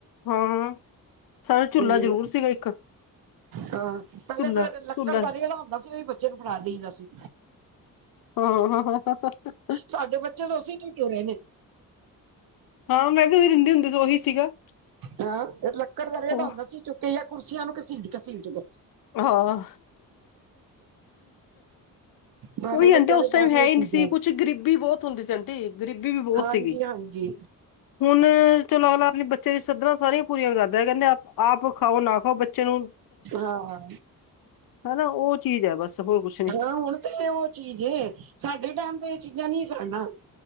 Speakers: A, on the left; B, on the right.
A: ਹਾਂ ਸਾਡਾ ਝੂਲਾ
B: ਹੂੰ
A: ਜ਼ਰੂਰ ਸੀਗਾ ਇੱਕ।
B: ਹਾਂ ਪਹਿਲੇ
A: ਝੂਲਾ
B: ਤਾਂ ਲੱਕੜ
A: ਝੂਲਾ
B: ਦਾ ਰੇਹੜਾ ਹੁੰਦਾ ਸੀ ਓਹੀ ਬੱਚੇ ਨੂੰ ਫੜਾ ਦੇਈ ਦਾ ਸੀ।
A: ਹਾਂ -ਹਾਂ।
B: ਸਾਡੇ ਬੱਚੇ ਤੇ ਔਸੀ ਚ ਤੁਰੇ ਨੇ।
A: ਹਾਂ ਮੈਂ ਵੀ ਓਹੀ ਦਿੰਦੀ ਹੁੰਦੀ ਸੀ ਓਹੀ ਸੀਗਾ।
B: ਹਾਂ। ਏਕ ਲੱਕੜ ਦਾ ਰੇੜਾ
A: ਉਹ
B: ਹੁੰਦਾ ਸੀ ਚੁੱਕੀ ਯਾਂ ਕੁਰਸੀਆਂ ਨੂੰ ਘਸੀਟ- ਘਸੀਟ ਕੇ।
A: ਹਾਂ।
B: ਸਾਡੇ
A: ਓਹੀ ਆਂਟੀ
B: ਬੱਚਿਆਂ
A: ਉਸ
B: ਦੇ
A: ਟਾਈਮ ਹੈ
B: ਇਹ
A: ਹੀ
B: ਚੀਜ਼ਾਂ
A: ਨੀ ਸੀ ਕੁਛ ਗਰੀਬੀ ਬਹੁਤ ਹੁੰਦੀ ਸੀ ਆਂਟੀ। ਗਰੀਬੀ ਵੀ ਬਹੁਤ
B: ਹਾਂਜੀ
A: ਸੀਗੀ।
B: ਹਾਂਜੀ
A: ਹੁਣ ਚਲੋ ਅਗਲਾ ਅਪਣੇ ਬੱਚੇ ਦੀ ਸੱਧਰਾਂ ਸਾਰੀਆਂ ਪੂਰੀਆਂ ਕਰਦਾ ਕਹਿੰਦੇ ਆਪ ਖਾਓ ਨਾ ਖਾਓ ਬੱਚੇ ਨੂੰ
B: ਹਾਂ।
A: ਹੈਨਾ ਓਹ ਚੀਜ਼ ਐ ਬਸ। ਹੋਰ ਕੁਛ ਨੀ
B: ਹਾਂ ਹੁਣ ਤੇ ਓਹ ਚੀਜ਼ ਏ। ਸਾਡੇ ਟਾਈਮ ਤੇ ਇਹ ਚੀਜ਼ਾਂ ਨਹੀ ਸਨ ਨਾ।